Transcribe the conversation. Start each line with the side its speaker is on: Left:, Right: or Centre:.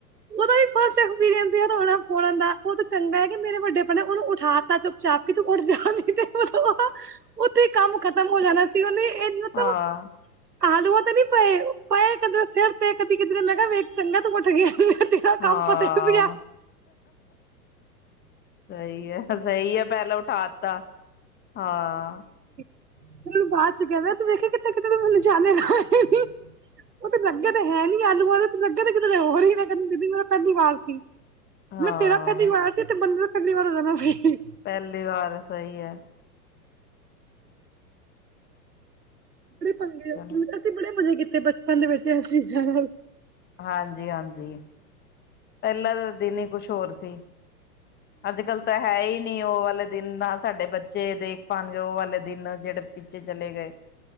Right: ਉਹਦਾ ਵੀ ਫਸਟ ਐਕਸਪੀਰੀਅੰਸ ਹਥੌੜੇ ਨਾਲ ਫੋੜਨ ਦਾ, ਉਹ ਚੰਗਾ ਐ ਕਿ ਮੇਰੇ ਵੱਡੇ ਪਰਾ ਨੇ ਉਹਨੂੰ ਉਠਾ ਤਾ <unintelligible> ਉੱਥੇ ਕੰਮ ਖਤਮ ਹੋ ਜਾਣਾ ਸੀ ਉਹਨੇ, ਇਹ ਮਤਲਬ
Left: ਹਾਂ
Right: ਆਲੂਆਂ ਤੇ ਨੀ ਪਏ ਪਏ ਕਦੇ ਸਿਰ ਤੇ ਕਦੀ ਕਿਧਰੇ ਵੇਖ ਚੰਗਾ ਤੂੰ ਉਠ ਗਿਆ ਤੇਰਾ ਕੰਮ
Left: ਹਾਂ।
Right: ਪਤਾ ਸੀ ਆ
Left: ਸਹੀ ਐ, ਸਹੀ ਐ, ਪਹਿਲਾਂ ਉਠਾ ਤਾ, ਹਾਂ।
Right: ਤੇਨੂੰ ਬਾਅਦ ਚ ਕਹਿੰਦੇ ਤੂੰ ਵੇਖੀ ਕਿਥੇ ਕਿਥੇ ਨਿਸ਼ਾਨੇ ਲਾਏ <unintelligible> ਉਹ ਤੇ ਲੱਗਦ ਹੈ ਨੀ ਆਲੂਆਂ ਦੇ ਤੇ ਲੱਗੇ ਕਿਤੇ ਹੋਰ ਈ ਨੇ, ਕਹਿੰਦਾ ਦੀਦੀ ਮੇਰਾ ਪਹਿਲੀ ਵਾਰ ਸੀ।
Left: ਹਾਂ
Right: ਮੈਂ ਕਿਹਾ ਤੇਰਾ ਪਹਿਲੀ ਵਾਰ ਸੀ ਤੇ ਬੰਦੇ ਦਾ ਪਹਿਲੀ ਵਾਰ ਹੋ ਜਾਣਾ ਸੀ।
Left: ਪਹਿਲੀ ਵਾਰ ਸਹੀ ਐ।
Right: ਅਸੀਂ ਪੰਗੇ,
Left: ਚਲੋ
Right: ਅੱਸੀ ਬੜੇ ਮਜ਼ੇ ਕੀਤੇ ਬਚਪਨ ਦੇ ਵਿੱਚ ਇਹ ਚੀਜ਼ਾਂ ਨਾਲ।
Left: ਹਾਂਜੀ-ਹਾਂਜੀ। ਪਹਿਲਾਂ ਦੇ ਦਿਨ ਹੀ ਕੁਛ ਹੋਰ ਸੀ, ਅੱਜ ਕੱਲ ਤਾਂ ਹੈ ਹੀ ਨਹੀਂ। ਨਹੀਂ ਉਹ ਵਾਲੇ ਦਿਨ ਨਾ ਸਾਡੇ ਬੱਚੇ ਦੇਖ ਪਾਨਗੇ ਉਹ ਵਾਲੇ ਦਿਨ ਜਿਹੜੇ ਪਿੱਛੇ ਚਲੇ ਗਏ